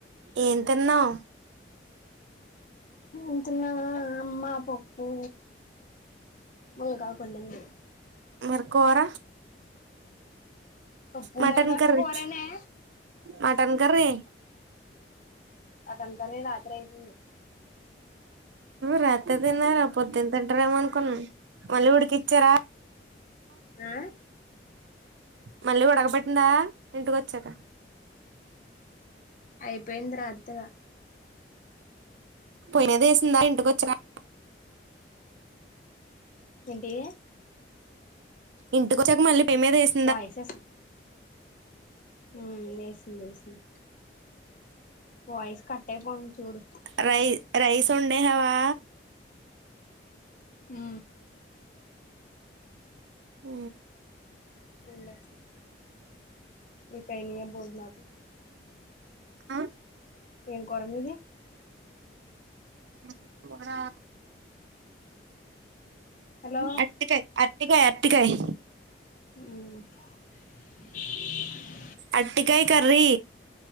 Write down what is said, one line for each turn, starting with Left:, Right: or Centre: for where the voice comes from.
Right: ఏం తిన్నావ్
Left: ఏం తిన్నాన అమ్మా పప్పు ములగాకు ఉండండి
Right: మరి కూర.
Left: పప్పు
Right: మటన్
Left: ములగాకు
Right: కర్రీ
Left: కూరేనే
Right: మటన్ కర్రీ
Left: మటన్ కర్రీనా రాత్రైసింది
Right: రాతిర్దిన్నారా పొద్దున్ తింటరేమో అనుకున్నాం మళ్ళీ ఉడికిచ్చారా
Left: ఆ
Right: మళ్ళీ ఉడగబెటిన్ద ఇంటికొచ్చాక
Left: అయిపోయింది రా <unintelligible>
Right: పొయినదేసిందా ఇంటికొ <unintelligible>
Left: ఏంటి
Right: ఇంటికొచ్చాక మళ్ళీ మీ మీదేస్
Left: వాయిస్ ఉమ్మ్ ఏసింది ఏసింది వాయిస్ కట్టైపోతుంది చూడు
Right: రై రైస్ ఉండే హవా
Left: ఉ
Right: ఆ
Left: <unintelligible> భోజ్నాలు
Right: ఆ
Left: ఏం కూర మీది
Right: <unintelligible>
Left: హలో
Right: అత్తికేయ్ య అట్టికయ్ అట్టికాయ్
Left: ఊమ్
Right: అట్టికాయ్ కర్రీ